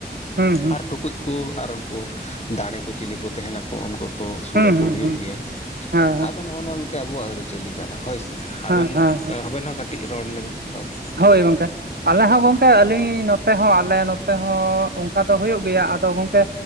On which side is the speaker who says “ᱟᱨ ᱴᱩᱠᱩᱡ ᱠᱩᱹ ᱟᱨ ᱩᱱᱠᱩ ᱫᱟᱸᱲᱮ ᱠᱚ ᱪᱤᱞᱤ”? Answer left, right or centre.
Left